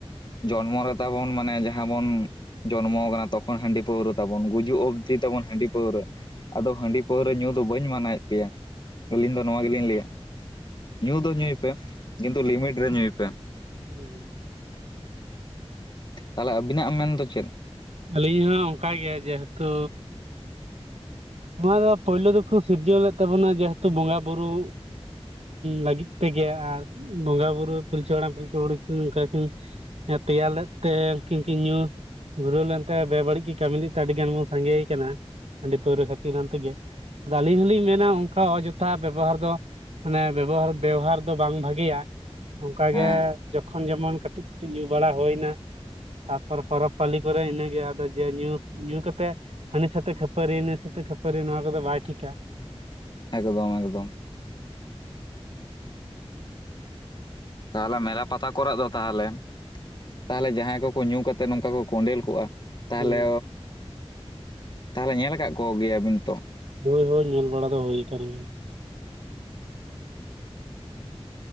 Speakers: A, on the left; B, on the right.
A: ᱡᱚᱱᱢᱚ ᱨᱮ ᱛᱟᱵᱚᱱ ᱢᱟᱱᱮ ᱡᱟᱦᱟᱸ ᱵᱚᱱ ᱡᱚᱱᱢᱚ ᱠᱟᱱᱟ ᱛᱚᱠᱷᱚᱱ ᱦᱟᱺᱰᱤ ᱯᱟᱹᱣᱨᱟᱹ ᱛᱟᱵᱚᱱ ᱜᱩᱡᱩᱜ ᱚᱵᱫᱤ ᱛᱟᱵᱚᱱ ᱦᱟᱺᱰᱤ ᱯᱟᱹᱣᱨᱟᱹ ᱟᱫᱚ ᱦᱟᱺᱰᱤ ᱯᱟᱹᱣᱨᱟᱹ ᱧᱩ ᱫᱚ ᱵᱟᱹᱧ ᱢᱟᱱᱟᱭᱮᱫ ᱯᱮᱭᱟ ᱟᱹᱞᱤᱧ ᱫᱚ ᱱᱚᱣᱟ ᱜᱮᱞᱤᱧ ᱞᱟᱹᱭᱟ ᱧᱩ ᱫᱚ ᱧᱩᱭ ᱯᱮ ᱠᱤᱱᱛᱩ ᱞᱤᱢᱤᱴ ᱨᱮ ᱧᱩᱭ ᱯᱮ
B: ᱦᱩᱸ ᱦᱩᱸ
A: ᱛᱟᱦᱚᱞᱮ ᱟᱵᱤᱱᱟᱜ ᱢᱮᱱᱫᱚ ᱪᱮᱫ
B: ᱟᱹᱞᱤᱧ ᱦᱚᱸ ᱚᱱᱠᱟ ᱜᱮ ᱡᱮᱦᱛᱩ ᱱᱚᱣᱟ ᱫᱚ ᱯᱳᱭᱞᱳ ᱫᱚᱠᱚ ᱥᱤᱨᱡᱟᱹᱣ ᱞᱮᱫ ᱛᱟᱵᱚᱱᱟ ᱡᱮᱦᱮᱛᱩ ᱵᱚᱸᱜᱟ ᱵᱩᱨᱩ ᱞᱟᱹᱜᱤᱫ ᱛᱮᱜᱮ ᱟᱨ ᱵᱚᱸᱜᱟ ᱵᱩᱨᱩ ᱯᱤᱞᱪᱩ ᱦᱟᱲᱟᱢ ᱯᱤᱞᱪᱩ ᱵᱩᱲᱦᱤ ᱠᱤᱱ ᱚᱝᱠᱟᱠᱤᱱ ᱦᱮᱸ ᱛᱮᱭᱟᱨ ᱞᱮᱫ ᱛᱮ ᱩᱱᱠᱤᱱ ᱠᱤᱱ ᱧᱩ ᱜᱷᱩᱨᱟᱹᱣ ᱞᱮᱱᱛᱮ ᱵᱮᱵᱟᱹᱲᱤᱡ ᱠᱤᱱ ᱠᱟᱹᱢᱤ ᱞᱮᱫ ᱛᱮ ᱟᱹᱰᱤ ᱜᱟᱱ ᱵᱚᱱ ᱥᱟᱸᱜᱮ ᱠᱟᱱᱟ ᱦᱟᱺᱰᱤ ᱯᱟᱹᱣᱨᱟᱹ ᱠᱷᱟᱹᱛᱤᱨᱟᱱ ᱛᱮᱜᱮ ᱟᱫᱚ ᱟᱹᱞᱤᱧ ᱦᱚᱸᱞᱤᱧ ᱢᱮᱱᱟ ᱚᱱᱠᱟ ᱚᱡᱚᱛᱷᱟ ᱵᱮᱵᱚᱦᱟᱨ ᱫᱚ ᱢᱟᱱᱮ ᱵᱮᱵᱚᱦᱟᱨ ᱵᱮᱣᱦᱟᱨ ᱫᱚ ᱵᱟᱝ ᱵᱷᱟᱹᱜᱤᱭᱟ ᱚᱱᱠᱟᱜᱮ
A: ᱦᱮᱸ
B: ᱡᱚᱠᱷᱚᱱ ᱡᱮᱢᱚᱱ ᱠᱟᱹᱴᱤᱡ ᱠᱟᱹᱴᱤᱡ ᱧᱩ ᱵᱟᱲᱟ ᱦᱩᱭᱱᱟ ᱛᱟᱯᱚᱨ ᱯᱚᱨᱚᱵᱽ ᱯᱟᱹᱞᱤ ᱠᱚᱨᱮ ᱤᱱᱟᱹᱜᱮ ᱡᱮ ᱧᱩ ᱧᱩ ᱠᱟᱛᱮᱜ ᱦᱟᱱᱤ ᱥᱟᱛᱮ ᱠᱷᱟᱹᱯᱟᱹᱨᱤ ᱱᱩᱭ ᱥᱟᱛᱮ ᱠᱷᱟᱹᱯᱟᱹᱨᱤ ᱱᱚᱣᱟ ᱠᱚᱫᱚ ᱵᱟᱭ ᱴᱷᱤᱠᱟ
A: ᱮᱠᱫᱚᱢ ᱮᱠᱫᱚᱢ ᱛᱟᱦᱚᱞᱮ ᱢᱮᱞᱟ ᱯᱟᱛᱟ ᱠᱚᱨᱮ ᱫᱚ ᱛᱟᱦᱚᱞᱮ ᱛᱟᱦᱚᱞᱮ ᱡᱟᱦᱟᱸᱭ ᱠᱚᱠᱚ ᱧᱩ ᱠᱟᱛᱮ ᱱᱚᱝᱠᱟ ᱠᱚ ᱠᱚᱸᱰᱮᱞ ᱠᱚᱜᱼᱟ ᱛᱟᱦᱚᱞᱮ
B: ᱦᱩᱸ
A: ᱛᱟᱦᱚᱞᱮ ᱧᱮᱞ ᱟᱠᱟᱫ ᱠᱚᱜᱮᱭᱟᱵᱤᱱ ᱛᱚ
B: ᱦᱳᱭ ᱦᱳᱭ ᱧᱮᱞ ᱵᱟᱲᱟ ᱫᱚ ᱦᱩᱭ ᱟᱠᱟᱱ ᱜᱮᱭᱟ